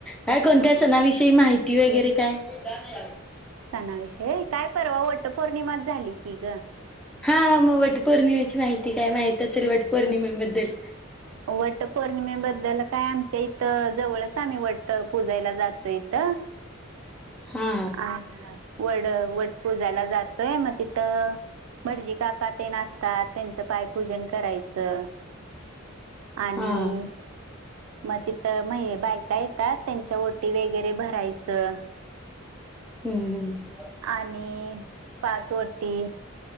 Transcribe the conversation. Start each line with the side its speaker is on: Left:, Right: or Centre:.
Centre: काय, कोणत्या सणाविषयी माहिती वगैरे काय, <unintelligible>
Right: सणाविषय, काय परवा वाटत पौर्णिमात झाली की ग,
Centre: हा मग वटपौर्णिमेची माहिती काय माहती असेल, वटपौर्णिमेबद्दल
Right: वट पौर्णिम बद्दल काय आमच्या इथ जवळच आम्ही वट पूजायला जातो इथ
Centre: हा
Right: अ वड वट पूजाला जातोय मग तिथं भटजी का क ते नाचतात त्यांचं पायपूजन करायचं. आणि
Centre: हा.
Right: मग तिथं म्ह बायका येतात त्यांच्या ओटी वगैरे भरायचं.
Centre: हम्म हम्म.
Right: आणि पाचवटी